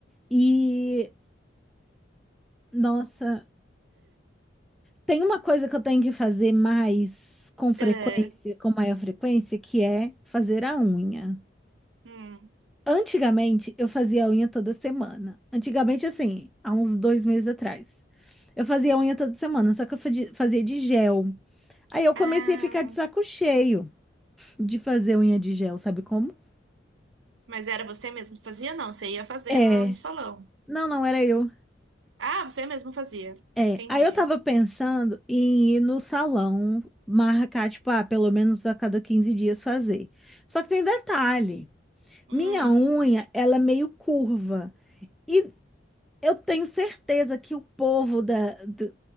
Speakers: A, in the centre; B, on the right.
A: E nossa, tem uma coisa que eu tenho que fazer mais com frequência,
B: É,
A: com maior frequência, que é fazer a unha.
B: hum.
A: Antigamente, eu fazia a unha toda semana. Antigamente, assim, há uns dois meses atrás. Eu fazia a unha toda semana, só que eu fadi- fazia de gel. Aí eu
B: Ah,
A: comecei a ficar de saco cheio de fazer unha de gel, sabe como?
B: mas era você mesmo que fazia? Não, você ia fazer
A: É.
B: no, no salão.
A: Não, não era eu.
B: Ah, você mesmo fazia.
A: É,
B: Entendi.
A: aí eu tava pensando em ir no salão, marcar, tipo, ah, pelo menos a cada 15 dias fazer. Só que tem detalhe,
B: Hum,
A: minha unha, ela é meio curva. E eu tenho certeza que o povo da, do-